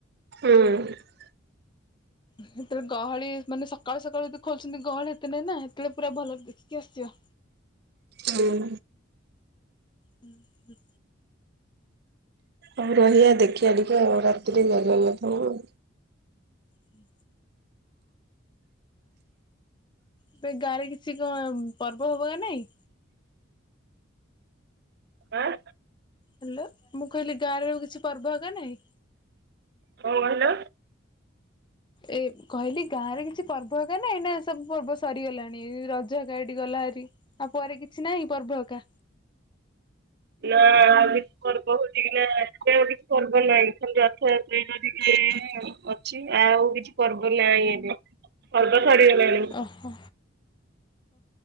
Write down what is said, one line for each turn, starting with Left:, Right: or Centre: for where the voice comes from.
Right: ହୁଁ।
Left: ସେତେବେଳେ ଗହଳି ମାନେ ସକାଳୁ ସକାଳୁ ଯଦି ଖୋଲୁଛନ୍ତି ଗହଳି ଏତେ ନାଇଁ ନା ସେତେବେଳେ ପୁରା ଭଲରେ ଦେଖିକି ଆସଯିବ।
Right: ହୁଁ।
Left: ହୁଁ।
Right: ଆଉ ରହିବା ଦେଖିବା ଟିକେ ଆଉ ରାତିରେ ଜଗନ୍ନାଥଙ୍କୁ।
Left: ହୁଁ। ଏବେ ଗାଁରେ କିଛି କ ପର୍ବ ହବ ନା ନାଇଁ?
Right: ଆଁ
Left: ହ୍ୟାଲୋ ମୁଁ କହିଲି ଗାଁରେଆଉ କିଛି ପର୍ବ ହେଗ ନାଇଁ?
Right: କଣ କହିଲ?
Left: ଏ କହିଲି ଗାଁ ରେ କିଛି ପର୍ବ ହେ ଏକା ଏଇ ନା ସବୁ ପର୍ବ ସରିଗଲାଣି ରଜ ଏକା ଏଠି ଗଲାହେରି। ଆଉ ପରେ କିଛି ନାହିଁ ପର୍ବହକା?
Right: <unintelligible> ପର୍ବ ହଉଛି କି ନା ଏବେ ଆଉ କିଛି ପର୍ବ ନାହିଁ ଖ ରଥଯାତ୍ରୀ ଯଦ କି ଅଛି ଆଉ କିଛି ପର୍ବ ନାଇ ଏବେ ପର୍ବ ସାରଗଲାଣି।
Left: ଓ ହୋ